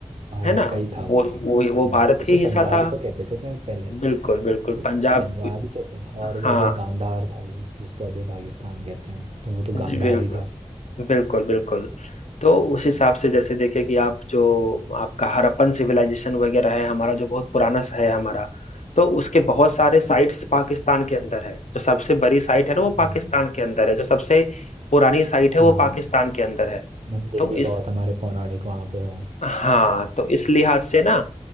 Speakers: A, on the right; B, on the left.
A: भारत
B: है ना
A: का ही था वो
B: वो
A: एक
B: वो वो
A: हम्म,
B: भारत
A: उसे
B: ही हिस्सा
A: पंजाबी
B: था
A: तो कहते थे शायद पहले
B: बिल्कुल बिल्कुल
A: वो
B: पंजाब
A: पंजाबी तो था और
B: हाँ
A: वो जो गांधार था वो जिसको अभी पाकिस्तान कहते हैं तो वो तो गांधार
B: जी बिल्कुल
A: ही था
B: बिल्कुल बिल्कुल तो उस हिसाब से जैसे देखे कि आप जो आपका हड़प्पन सिविलाइजेशन वगैरह है हमारा जो बहुत पुराना सा है हमारा तो उसके बहुत सारे साइट्स पाकिस्तान के अंदर है जो सबसे बड़ी साइट है ना वो
A: हम्म,
B: पाकिस्तान के अंदर है जो सबसे पुरानी साइट है
A: हाँ
B: वो
A: हाँ
B: पाकिस्तान के अंदर है
A: मंदिर
B: तो
A: भी
B: इस
A: बहुत हमारे पौराणिक वहाँ पे है
B: हाँ तो इस लिहाज से ना